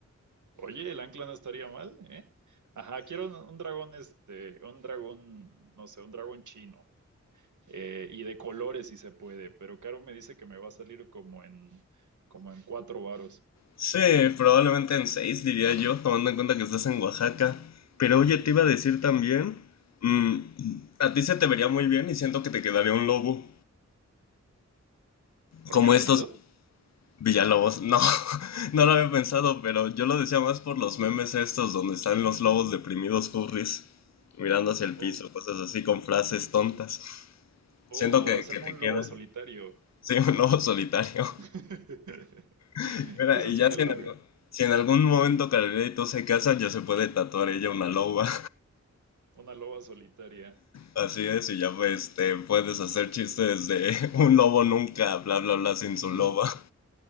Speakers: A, on the right; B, on the left.
A: Oye, el ancla no estaría mal, ¿eh? Ajá, quiero un, un dragón, este, un dragón, no sé, un dragón chino. eh, y de colores si se puede, pero Caro me dice que me va a salir como en, como en cuatro varos.
B: Sí, probablemente en seis, diría yo, tomando en cuenta que estás en Oaxaca. Pero oye, te iba a decir también, mm, a ti se te vería muy bien y siento que te quedaría un lobo,
A: ¿Por
B: como
A: mi apellido?
B: estos Villalobos. No, <laughs> no lo había pensado, pero yo lo decía más por los memes estos donde están los lobos deprimidos furries, mirando hacia el piso,
A: Oh,
B: cosas así con frases tontas.
A: oh,
B: Siento que,
A: hacerme
B: que te
A: un
B: queda,
A: lobo solitario.
B: <laughs> sí, un lobo solitario.
A: <laughs>
B: <laughs> Mira,
A: Quizás
B: y
A: sí
B: ya
A: me
B: si
A: lo
B: en algún,
A: haga.
B: si en algún momento Carolina y tú se casan, ya se puede tatuar ella una loba.
A: Una loba solitaria.
B: Así es, y ya pues te puedes hacer chistes de <laughs> un lobo nunca, bla bla bla, sin su
A: <laughs>
B: loba.